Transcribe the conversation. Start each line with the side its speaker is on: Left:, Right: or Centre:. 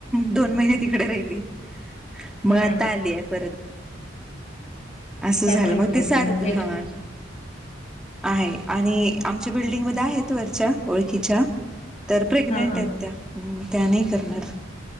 Centre: दोन महिने तिकडे राहिली. मग
Left: हा
Centre: आता आली आहे परत. असं
Left: त्यामुळे
Centre: झालं,
Left: इकडं
Centre: मग ते सारखं
Left: कोणाचे
Centre: हां आहे आणि आमच्या बिल्डिंगमध्ये आहेत वरच्या ओळखीच्या प्रेग्नेंटेत
Left: हा
Centre: त्या. त्या नाही करणार.